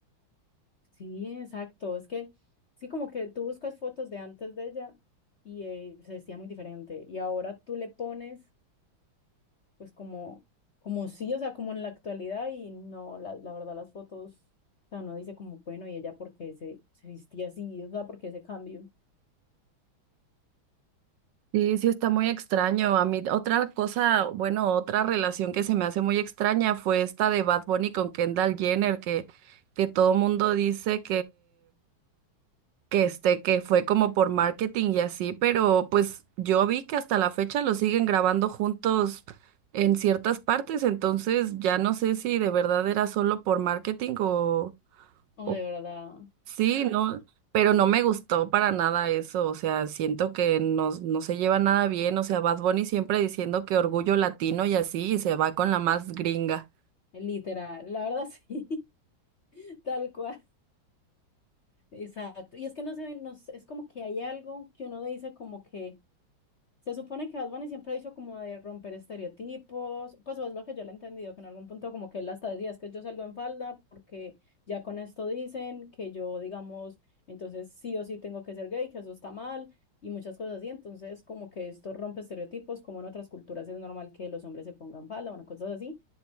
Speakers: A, on the left (about 50°); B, on the right (about 70°).
A: Sí, exacto, es que sí, como que tú buscas fotos de antes de ella y eh, se vestía muy diferente y ahora tú le pones pues como, como sí, o sea, como en la actualidad y no, la, la verdad las fotos, o sea, uno dice como, bueno, y ella porque se, se vestía así, o sea, porque ese cambio,
B: Sí, sí está muy extraño. A mí otra cosa, bueno, otra relación que se me hace muy extraña fue esta de Bad Bunny con Kendall Jenner, que, que todo mundo dice que este, que fue como por marketing y así, pero pues yo vi que hasta la fecha lo siguen grabando juntos en ciertas partes, entonces ya no sé si de verdad era solo por marketing o,
A: o
B: o
A: de verdad,
B: sí,
A: ¡ah!
B: no, pero no me gustó para nada eso, o sea, siento que no, no se lleva nada bien, o sea, Bad Bunny siempre diciendo que orgullo latino y así, y se va con la más gringa.
A: literal, la verdad sí, <laughs> tal cual, exacto, y es que no se ve, no, sé, es como que hay algo que uno dice como que Se supone que Bad Bunny siempre ha dicho como de romper estereotipos, pues eso es lo que yo le he entendido, que en algún punto como que él hasta decía, es que yo salgo en falda porque ya con esto dicen que yo, digamos, entonces sí o sí tengo que ser gay, que eso está mal y muchas cosas así, entonces como que esto rompe estereotipos, como en otras culturas es normal que los hombres se pongan falda, bueno, cosas así,